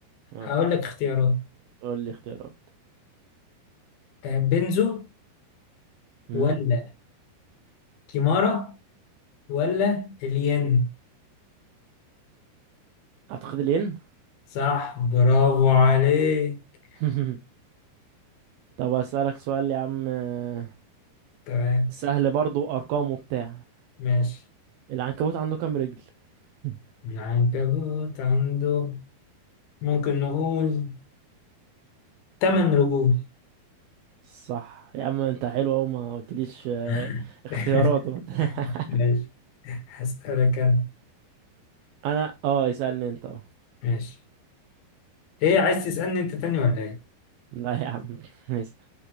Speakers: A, on the right; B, on the left.
A: اه
B: هقول لك اختيارات
A: قول لي اختيارات
B: آه، بنزو
A: امم
B: ولا كيمارا ولا الين
A: اعتقد الين
B: صح برافو عليك
A: <laughs> طب اسالك سؤال يا عم آه،
B: تمام
A: سهل برضو ارقام وبتاع
B: ماشي
A: العنكبوت عنده كام رجل <laughs>
B: العنكبوت عنده ممكن نقول تمن رجول
A: صح يا عم انت حلو اهو ما قلتليش آه،
B: <laughs>
A: اختيارات وبتاع <laughs>
B: ماشي هسألك أنا
A: انا اه اسالني انت اه
B: ماشي ايه عايز تسألني انت تاني ولا ايه
A: لا يا عم <laughs> اسال